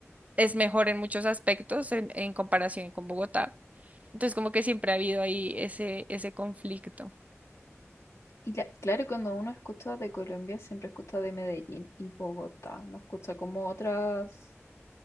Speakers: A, on the right (about 30°); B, on the left (about 75°).
A: es mejor en muchos aspectos en, en comparación con Bogotá. Entonces, como que siempre ha habido ahí ese, ese conflicto.
B: Y la- claro, cuando uno escucha de Colombia, siempre escucha de Medellín y Bogotá. No escucha como otras,